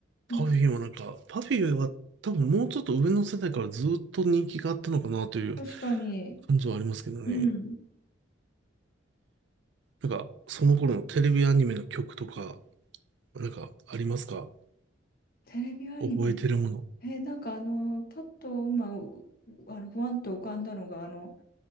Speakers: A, on the left; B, on the right.
A: うん、
B: パフィーもなんか、パフィーは多分もうちょっと上の世代からずっと人気があったのかなという
A: 確かに、
B: 感じはありますけどね。
A: うん。
B: なんか、その頃のテレビアニメの曲とか、なんか、ありますか
A: テレビアニメ。
B: 覚えてるもの。
A: えなんかあの、パッと今、うあの、ブワンと浮かんだのが、あの、